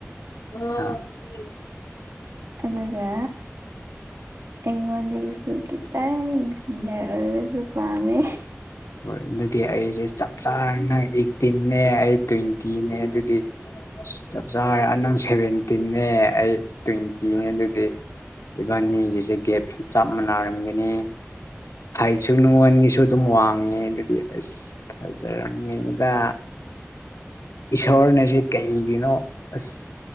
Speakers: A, on the left (about 80°); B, on the right (about 75°).
A: ꯑ
B: ꯑꯗꯨꯒ ꯑꯩꯉꯣꯟꯗꯒꯤꯁꯨ ꯈꯤꯇꯪ ꯁꯤꯅꯤꯌꯥꯔ ꯑꯣꯏꯕꯁꯨ ꯄꯥꯝꯃꯦ
A: ꯍꯣꯏ ꯑꯗꯨꯗꯤ ꯑꯩꯁꯦ ꯆꯞ ꯆꯥꯔꯥꯅꯤ ꯅꯪ ꯑꯦꯠꯇꯤꯟꯅꯦ ꯑꯩ ꯇ꯭ꯋꯦꯟꯇꯤꯅꯦ ꯑꯗꯨꯗꯤ ꯆꯞ ꯆꯥꯔꯦ ꯅꯪ ꯁꯦꯚꯦꯟꯇꯤꯟꯅꯦ ꯑꯩ ꯇ꯭ꯋꯦꯟꯇꯤꯅꯦ ꯑꯗꯨꯗꯤ ꯏꯕꯥꯟꯅꯤꯒꯤꯁꯦ ꯒꯦꯞꯁꯨ ꯆꯞ ꯃꯥꯟꯅꯔꯝꯒꯅꯤ ꯑꯩꯁꯨ ꯅꯨꯡꯉꯣꯟꯒꯤꯁꯨ ꯑꯗꯨꯝ ꯋꯥꯡꯉꯦ ꯑꯗꯨꯗꯤ ꯑꯁ ꯐꯖꯔꯝꯅꯤꯗꯥ ꯏꯁꯣꯔꯅ ꯁꯤ ꯀꯩꯒꯤꯅꯣ ꯑꯁ